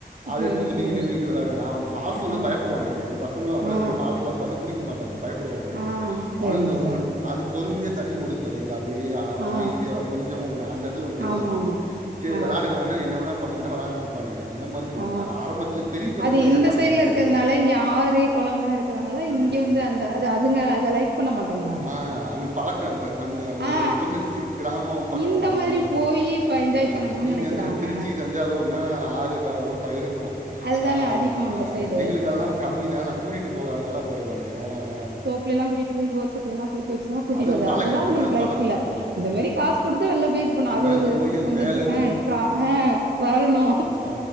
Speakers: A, on the right; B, on the right.
A: அது
B: சேரி
A: எடுத்து முந்திக்கிட்டு
B: சேரி
A: <unintelligible> விளையாடுவே நா வந்து ஃபல்ஸ்ல விட
B: ஆ
A: பயப்படுவா வானுங்க எ பசங்களு அவ்ளோ
B: ஆ
A: பெரிய ஃபால்ஸ்லா பாத்து குளிக்க மாட்டனுங்க பயப்படுவானுங்க
B: ஆ சேரிங்க
A: அவ
B: சார்
A: ஓன் அடுத் பொறுமையா தண்ணி ஓடுது பாத்தீங்ல்லா அப்டியே அமைதியா
B: ஆ
A: கொஞ்சமா ஓடு அந்த எடத்துல விட்டுருவ
B: ஆமா
A: நானு
B: ஆமா
A: சேரி
B: ஆ
A: விளையாடுங்கடா அண்ணா என்ன வேணா பண்ணுங்கன்னா வெளயான்ட்டு இருப்பானுங்க அந்த மாரி பண்ணுவே
B: ஆ
A: அது ஆரம்பத்துல பெரிய பசங்கள
B: அது இந்த
A: ஏமாத்த
B: சைட்ல
A: முடியாது
B: இருக்கிறதுனால இங்க ஆறு குளம்லா இருக்கிறனால இங்க
A: ம்
B: வந்து அந்த அதுங்க அத லைக் பண்ண மாட்டங்கற
A: அம்மா அங்குக்கட்டு பழக்க ரொம்ப அந்த உங்க
B: ஆ
A: கொஞ்ச கிராமம் பக் க்கோ
B: இந்த
A: வரும்போது
B: மாதிரி போயி இப்ப என்ஜாய்
A: அ
B: பண்ணணும்னு
A: நீங்க
B: நெனைக்கிறாங்க
A: அந்த திருச்சி தஞ்சாயூர்னா ஆ <unintelligible> பயிருக்கு
B: அதுதான
A: அ
B: அதிகோ
A: அ
B: அந்த சைடு
A: எங்களுக்கு அதெல்லா கம்மினால நா கூட்டிட்டு போகாதனாலா போயிருவானுங்க அ அ
B: பிள்ளல்லா கூட்டிட்டு போய் போர் செட்லலா குளிக்க வச்சுதா கூட்டிட்டுவரது
A: அது அவங்க பழக்கம்
B: அதெல்லா அவங்களுக்கு
A: எல்லாம்
B: லைக்
A: பழக்கம்
B: இல்ல
A: தான்
B: இந்த மாரி காசு குடுத்து வெளில போய் இது பண்ணு அது
A: மேலே
B: ஒரு
A: போய் அந்த
B: கொஞ்ச
A: மேலேருந்து
B: இது அ ட்ர அ வரணு
A: அ